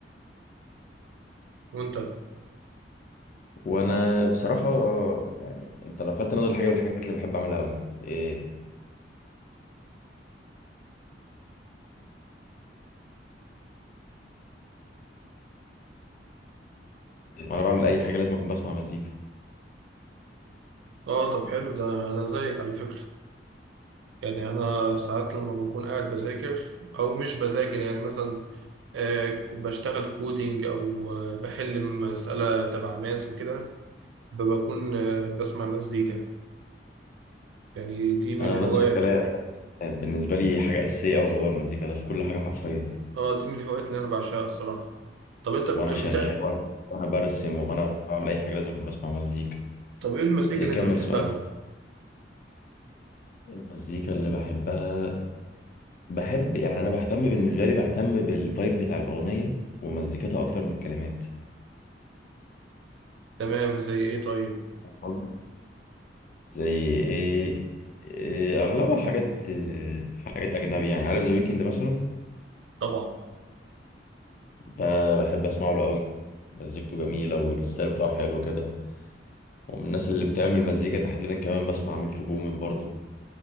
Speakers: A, on the right; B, on the left.
A: وانت
B: وانا بصراحة آه، يعني انت لفتت نظري الحاجة من الحاجات اللي بحب اعملها قوي إيه وانا بعمل اي حاجة لازم اكون بسمع مزيكا
A: اه طب حلو ده انا زيك على فكره يعني انا ساعات لما بكون قاعد بذاكر او مش بذاكر يعني مثلا آه، بشتغل كودينج او آه، بحل مسألة تبع ماس وكده بكون آه، بسمع مزيكا يعني دي من
B: انا
A: الهوايات
B: نفس الكلام بالنسبة لي حاجة اساسية اوي موضوع المزيكا ده في كل حاجة حرفيا
A: اه دي من الهوايات اللي انا بعشقها الصراحة طب انت بتبدأ
B: وانا شغال وانا وأنا برسم وانا بعمل اي حاجه لازم أكون بسمع مزيكا
A: طب ايه المزيكا
B: إيه،
A: اللي
B: كمل
A: انت بتحبها
B: سؤالك المزيكا اللي بحبها بحب يعني انا بهتم بالنسبه لي بهتم بالفايب بتاع الاغنيه ومزيكتها اكتر من الكلمات
A: تمام زي ايه طيب
B: والله. زي ايه إيه، اغلبها حاجات إيه، حاجات اجنبي يعني عارف ذا ويكند مثلا
A: طبعا
B: ده بحب اسمعه له قوي مزيكته جميله والستايل بتاعه حلو كده ومن الناس اللي بتعمل مزيكا تحديدا كمان بسمع مترو بومين برضو